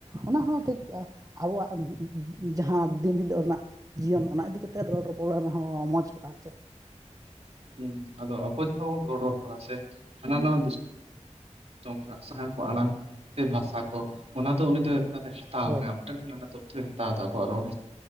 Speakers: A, on the right (about 30°); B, on the right (about 60°).
A: ᱚᱱᱟ ᱦᱚᱸ ᱴᱷᱤᱠ ᱠᱼᱟ ᱟᱵᱚᱣᱟᱜ ᱡᱟᱦᱟᱸ ᱫᱤᱱ ᱦᱤᱞᱳᱜ ᱨᱮᱱᱟᱜ ᱡᱤᱭᱚᱱ ᱚᱱᱟ ᱤᱫᱤ ᱠᱟᱛᱮ ᱨᱚᱲ ᱨᱚᱯᱚᱲ ᱚᱲᱟᱜ ᱨᱮᱦᱚᱸ ᱢᱚᱡᱽ ᱠᱚᱜᱼᱟ ᱟᱨ ᱪᱮᱫ
B: ᱦᱩᱸ ᱟᱫᱚ ᱟᱵᱚ ᱡᱟᱦᱟᱸ ᱵᱚᱱ ᱨᱚᱲ ᱨᱚᱯᱚᱲᱟ ᱥᱮ ᱦᱟᱱᱟ ᱱᱟᱣᱟ ᱫᱤᱥ ᱼᱼ ᱛᱚᱢ ᱢᱟ ᱥᱮᱸ ᱠᱚ ᱟᱲᱟᱝ ᱥᱮ ᱵᱷᱟᱥᱟ ᱠᱚ ᱚᱱᱟ ᱫᱚ ᱩᱱᱤ ᱫᱚ ᱚᱱᱟᱭ ᱦᱟᱛᱟᱣᱟ
A: ᱦᱳᱭ
B: ᱢᱟᱱᱮ ᱟᱵᱚᱴᱷᱮᱱ ᱩᱱᱟ ᱨᱮᱱᱟᱜ ᱛᱚᱛᱛᱷᱚᱭ ᱦᱟᱛᱟᱣ ᱫᱟ ᱟᱵᱚᱣᱟᱜ ᱨᱚᱲ